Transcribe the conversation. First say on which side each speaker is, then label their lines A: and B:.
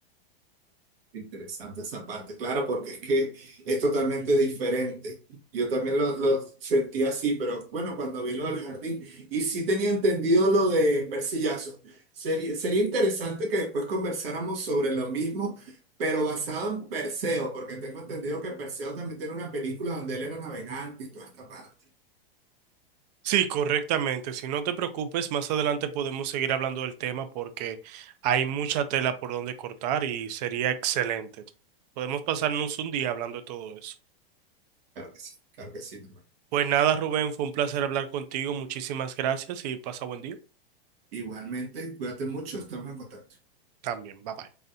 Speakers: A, on the right (about 75°); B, on the right (about 45°).
A: Interesante esa parte, claro, porque es que es totalmente diferente. Yo también lo, lo sentí así, pero bueno, cuando vi lo del jardín, y sí tenía entendido lo de Mercillazo. Sería, sería interesante que después conversáramos sobre lo mismo, pero basado en Perseo, porque tengo entendido que Perseo también tiene una película donde él era navegante y toda esta parte.
B: Sí, correctamente. Si no te preocupes, más adelante podemos seguir hablando del tema porque hay mucha tela por donde cortar y sería excelente. Podemos pasarnos un día hablando de todo eso.
A: Claro que sí, claro que sí, mi hermano.
B: Pues nada, Rubén, fue un placer hablar contigo. Muchísimas gracias y pasa buen día.
A: Igualmente, cuídate mucho, estamos en contacto.
B: También, bye bye.